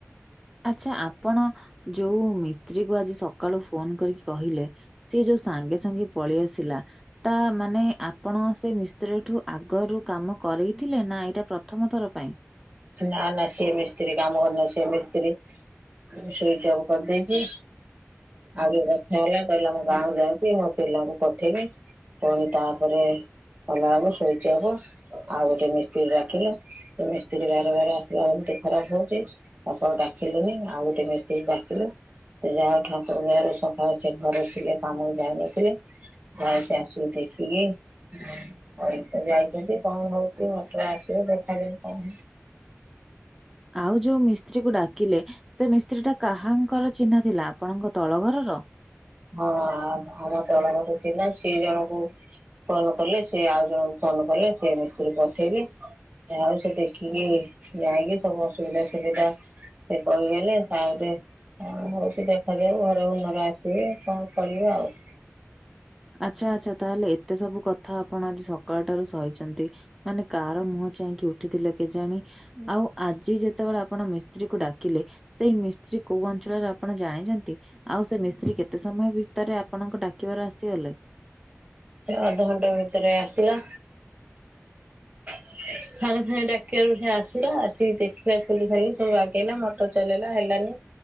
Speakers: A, in the centre; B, on the right.
A: ଆଚ୍ଛା ଆପଣ ଯୋଉ ମିସ୍ତ୍ରୀ କୁ ଆଜି ସକାଳୁ ଫୋନ କରି କହିଲେ ସିଏ ଯୋ ସାଙ୍ଗେ ସାଙ୍ଗେ ପଳି ଆସିଲା। ତା ମାନେ ଆପଣ ସେ ମିସ୍ତ୍ରୀ ଠୁ ଆଗରୁ କାମ କରେଇଥିଲେ ନା ଏଇଟା ପ୍ରଥମ ଥର ପାଇଁ?
B: ନା ନା ସିଏ ମିସ୍ତ୍ରୀ କାମ କରିନଥିଲେ ସିଏ ମିସ୍ତ୍ରୀ ସୁଇଚ ଅଫ କରିଦେଇ ଯେ ଆଉରି ରଥ ହେଲା କହିଲା ମୁଁ ଗାଁ ଯାଉଚି ମୋ ପିଲାଙ୍କୁ ପଠେଇମି। ପୁଣି ତାପରେ ଭଲ ହବ ଶୋଇପଡ଼ ଆଉ ଗୋଟେ ମିସ୍ତ୍ରୀ ଡାକିଲେ, <inaudible> ସିଏ ଯେ ବାର ବାର ଆସିଲା ବେଳକୁ ମୋତେ ଖରାପ ଲାଗୁଚି, ତାକୁ ଆଉ ଡାକିଲେନି ଆଉ ଗୋଟେ ମିସ୍ତ୍ରୀ ଡାକିଲେ। ସେ ଯା ହଉ ଠାକୁରଙ୍କ ଦୟାରୁ ସକାଳ ସେ ଘରେ ଥିଲେ କାମକୁ ଯାଇନଥିଲେ। ଥାଅ ସେ ଆସୁ ଦେଖିକି ସେ ଯାଇଚନ୍ତି କଣ ହଉଚୁ <unintelligible> ଆସୁ ଦେଖାକରି କଣ ହଉ
A: ଆଉ ଯୋଉ ମିସ୍ ସ୍ତ୍ରୀ କୁ ଡାକିଲେ ସେ ମିସ୍ତ୍ରୀ ଟା କାହାଙ୍କର ଚିହ୍ନା ଥିଲା ଆପଣଙ୍କ ତଳ ଘରର?
B: ହଁ ଆମର ତଳ ଘର ଥିଲା ସେ ଜଣଙ୍କୁ କଲ୍ କଲେ ସେ ଆଉ ଜଣଙ୍କୁ ଫୋନ୍ କଲେ ସେ ମିସ୍ତ୍ରୀ ପଠେଇଲେ। ଯାହା ହଉ ଦେଖିକି ଯାଇକି ସବୁ ଅସୁବିଧା ସୁବିଧା ସେ କହିଦେଲେ, ଆଉ ଯେ ଆଉରି ଅସୁବିଧା ଥବ ଘର ଅନର ଆସ ସିଏ କଣ କହିବେ ଆଉ।
A: ଆଚ୍ଛା, ଆଚ୍ଛା ତାହେଲେ ଏତେ ସବୁ କଥା ଆପଣ ଆଜି ସକାଳ ଠାରୁ ସହିଛନ୍ତି। ମାନେ କାର ମୁହଁ ଚାହିଁକି ଉଠିଥିଲେ କେଜାଣି। ଆଉ ଆଜି ଯେତେବେଳେ ଆପଣ ମିସ୍ତ୍ରୀକୁ ଡାକିଲେ ସେଇ ମିସ୍ତ୍ରୀ କୋଉ ଅଞ୍ଚଳରେ ଆପଣ ଜାଣିଚନ୍ତି? ଆଉ ସେ ମିସ୍ତ୍ରୀ କେତେ ସମୟ ଭିତରେ ଆପଣଙ୍କ ଡା କିବାର ଆସିଗଲେ?
B: ସେ ଅଧଘଣ୍ଟେ ଭିତରେ ଆସିଲା। ସାଙ୍ଗେ ସାାଙ୍ଗେ ଡାକିବାରୁ ସିଏ ଆସିଲା ଆସିକି ଦେଖିଲା, ଖୁଲିଖାଲି ସେଇ ବାଗେଇଲା ମଟର ଚଲେଇଲା ହେଲାନି।